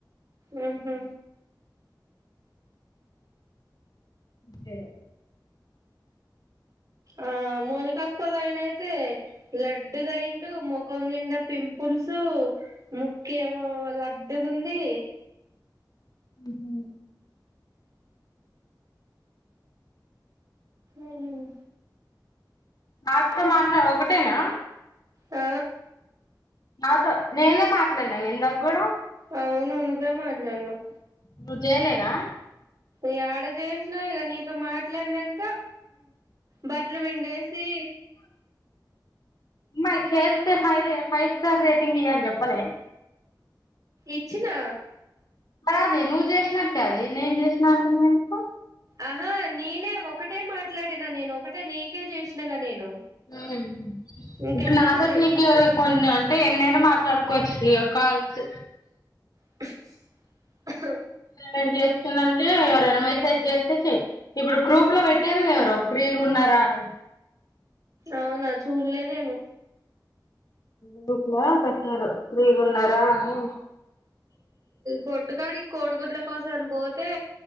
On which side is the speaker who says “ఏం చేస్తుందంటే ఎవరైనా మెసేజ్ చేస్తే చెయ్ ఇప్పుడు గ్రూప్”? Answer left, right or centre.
Left